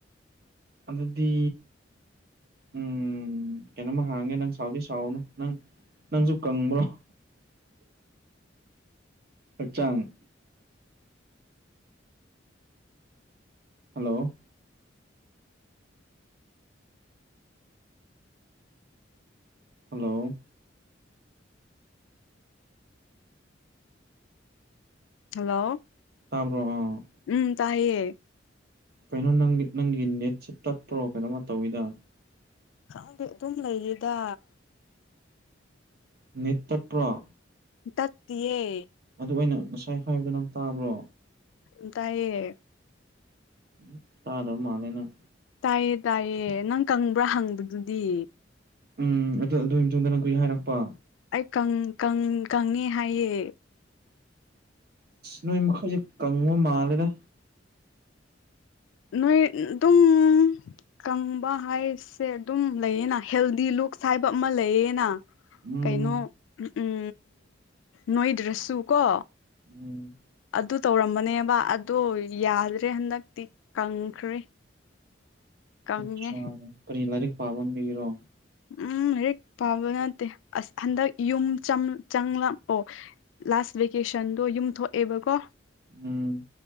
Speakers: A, on the right; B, on the left.
A: ꯑꯗꯨꯗꯤ ꯎꯝ ꯀꯩꯅꯣꯝꯃ ꯍꯥꯡꯒꯦ ꯅꯪ ꯁꯥꯎꯗꯤ ꯁꯥꯎꯒꯅꯨ ꯅꯪ ꯅꯪꯁꯨ ꯀꯪꯕ꯭ꯔꯣ꯫ ꯍꯛꯆꯥꯡ꯫ ꯍꯜꯂꯣ꯫ ꯍꯜꯂꯣ꯫
B: ꯍꯜꯂꯣ꯫
A: ꯇꯥꯕ꯭ꯔꯣ ꯑ꯫
B: ꯎꯝ ꯇꯥꯏꯌꯦ꯫
A: ꯀꯩꯅꯣ ꯅꯪ ꯅꯪꯒꯤ ꯅꯦꯠꯁꯦ ꯇꯠꯇꯄ꯭ꯔꯣ ꯀꯩꯅꯣꯃ ꯇꯧꯋꯤꯗꯥ꯫
B: ꯈꯪꯗꯦ ꯑꯗꯨꯝ ꯂꯩꯌꯦꯗꯥ꯫
A: ꯅꯦꯇ ꯇꯠꯄ꯭ꯔꫭ꯫
B: ꯇꯠꯇꯤꯌꯦ꯫
A: ꯑꯗꯨ ꯑꯩꯅ ꯉꯁꯥꯏ ꯍꯥꯏꯕꯗꯣ ꯅꯪ ꯇꯥꯕ꯭ꯔꯣ꯫
B: ꯎꯝ ꯇꯥꯌꯦ꯫
A: ꯎꯝ ꯇꯥꯗꯕ ꯃꯥꯂꯦ ꯅꯪ꯫
B: ꯇꯥꯏꯌꯦ ꯇꯥꯏꯌꯦ ꯅꯪ ꯀꯪꯕ꯭ꯔꯥ ꯍꯪꯕꯗꯨꯗꯤ꯫
A: ꯎꯝ ꯑꯗꯨ ꯑꯗꯨꯒꯤ ꯃꯇꯨꯡꯗ ꯅꯪ ꯀꯔꯤ ꯍꯥꯏꯔꯛꯄꯥ꯫
B: ꯑꯩ ꯀꯪ ꯀꯪ ꯀꯪꯉꯦ ꯍꯥꯏꯌꯦ꯫
A: ꯅꯣꯏ ꯃꯈꯩꯁꯦ ꯀꯪꯕ ꯃꯥꯜꯂꯦꯗ꯫
B: ꯅꯣꯏ ꯑꯗꯨꯝ ꯀꯪꯕ ꯍꯥꯏꯁꯦ ꯑꯗꯨꯝ ꯂꯩꯌꯦꯅ ꯍꯦꯜꯗꯤ ꯂꯨꯛꯁ ꯍꯥꯏꯕ ꯑꯃ ꯂꯩꯌꯦꯅ꯫
A: ꯎꯝ
B: ꯀꯩꯅꯣ ꯎꯝ ꯅꯣꯏꯗ꯭ꯔꯁꯨ ꯀꯣ꯫
A: ꯎꯝ꯫
B: ꯑꯗꯨ ꯇꯧꯔꯝꯕꯅꯦꯕ ꯑꯗꯣ ꯌꯥꯗ꯭ꯔꯦ ꯍꯟꯗꯛꯇꯤ ꯀꯪꯈ꯭ꯔꯦ ꯀꯪꯉꯦ
A: ꯑꯆꯥ ꯀꯔꯤ ꯂꯥꯏꯔꯤꯛ ꯄꯥꯃꯟꯕꯒꯤꯔꯣ
B: ꯎꯝ ꯂꯥꯏꯔꯤꯛ ꯄꯥꯕ ꯅꯠꯇꯦ ꯑꯁ ꯍꯟꯗꯛ ꯌꯨꯝ ꯆꯝ ꯆꯪꯂꯛꯑꯣ ꯂꯥꯁ ꯚꯦꯀꯦꯁꯟꯗꯣ ꯌꯨꯝ ꯊꯣꯛꯑꯦꯕꯀꯣ
A: ꯎꯝ